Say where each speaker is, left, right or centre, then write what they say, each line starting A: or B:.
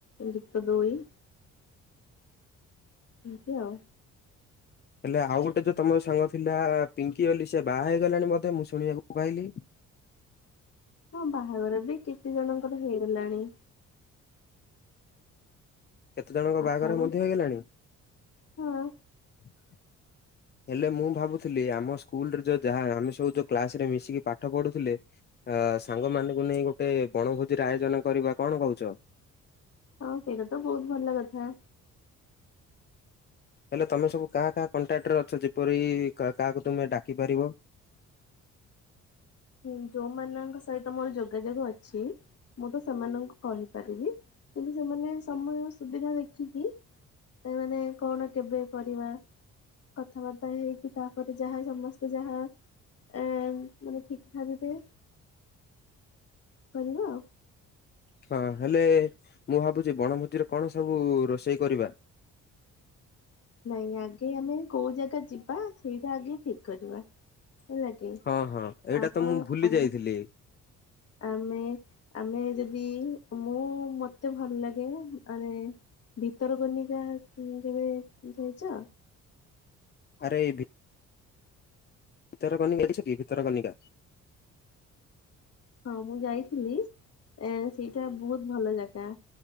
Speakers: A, on the left; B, on the left.
A: ଯୁକ୍ତ ଦୁଇ ଏମତି ଆଉ।
B: ହେଲେ ଆଉ ଗୋଟେ ଯୋଉ ତମର ସାଙ୍ଗ ଥିଲା, ପିଙ୍କି ବୋଲି ସେ ବାହା ହେଇଗଲାଣି ବୋଧେ, ମୁଁ ଶୁଣିବାକୁ ପାଇଲି।
A: ହଁ ବାହାଘର ବି କେତେ ଜଣଙ୍କର ହେଇଗଲାଣି।
B: କେତେ ଜଣଙ୍କ
A: ଆଚାନକ
B: ବାହାଘର ମଧ୍ୟ ହେଇଗଲାଣି!
A: ହଁ।
B: <inaudible> ହେଲେ ମୁଁ ଭାବୁଥିଲି, ଆମ ସ୍କୁଲରେ ଯୋଉ ଯାହା ଆମେ ସବୁ ଯୋଉ କ୍ଲାସ ରେ ମିଶିକି ପାଠ ପଢୁଥିଲେ ଅ ସାଙ୍ଗମାନାନଙ୍କୁ ନେଇ ଗୋଟେ ବଣଭୋଜିର ଆୟୋଜନ କରିବା, କଣ କହୁଛ?
A: ହଁ ସେଇଟା ତ ବହୁତ ଭଲ କଥା।
B: ହେଲେ ତମେ ସବୁ କାହା କାହା କଣ୍ଟାକ୍ଟ୍ ରେ ଅଛ? ଯେପରି କାହାକୁ ତୁମେ ଡାକିପାରିବ।
A: ଁ ଯୋଉମାନଙ୍କ ସହିତ ମୋର ଯୋଗାଯୋଗ ଅଛି, ମୁଁ ତ ସେମାନଙ୍କୁ କହିପାରିବି। କିନ୍ତୁ ସେମାନେ ସମୟ ସୁବିଧା ଦେଖିକି, ଏମାନେ କଣ କେବେ କରିବା? କଥାବାର୍ତ୍ତା ହେଇକି ତାପରେ ଯାହା ସମସ୍ତେ ଯାହା, ଏଁ ଠିକ୍ ଭାବିବେ। କରିବା ଆଉ।
B: ହଁ ହେଲେ ମୁଁ ଭାବୁଛି ବଣଭୋଜିରେ କଣ ସବୁ ରୋଷେଇ କରିବା?
A: ନାଇଁ ଆଗେ ଆମେ କୋଉ ଜାଗା ଯିବା ସେଇଟା ଆଗେ ଠିକ କରିବା। ହେଲା? କି
B: ହଁ ହଁ ଏଇଟା
A: ଆମ
B: ତ ମୁଁ ଭୁଲି
A: ଆମ
B: ଯାଇଥିଲି।
A: ଆମେ ଆମେ ଯଦି, ମୁଁ ମତେ ଭଲ ଲାଗେ ମାନେ ଭିତରକନିକା କେବେ ଯାଇଛ?
B: ଆରେ ଭି ଭିତରକନିକା ଦେଖିଛୁ କି ଭିତରକନିକା?
A: ହଁ ମୁଁ ଯାଇଥିଲି, ଏଁ ସେଇଟା ବହୁତ ଭଲ ଜାଗା।